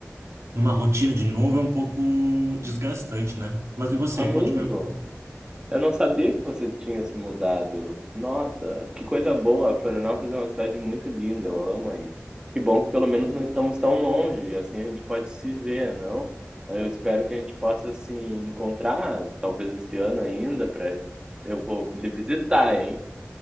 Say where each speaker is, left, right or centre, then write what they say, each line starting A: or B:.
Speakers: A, on the right (about 70°); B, on the right (about 15°).
A: numa rotina de novo é um pouco desgastante, né? Mas e você?
B: Amigo,
A: Conte-me.
B: eu não sabia que você tinha se mudado. Nossa, que coisa boa! Florianópolis é uma cidade muito linda, eu amo aí. Que bom que pelo menos não estamos tão longe, assim a gente pode se ver, não? Eu espero que a gente possa se encontrar, talvez esse ano ainda, pra... Eu vou lhe visitar, hein?